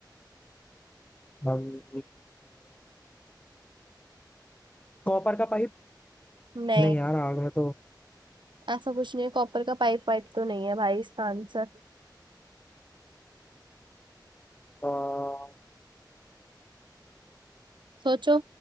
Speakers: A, on the left; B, on the right.
A: हम कॉपर का पाइप
B: नहीं
A: नहीं यार आग में तो
B: ऐसा कुछ नहीं है कॉपर का पाइप पाइप तो नहीं है भाई इसका आंसर
A: अ,
B: सोचो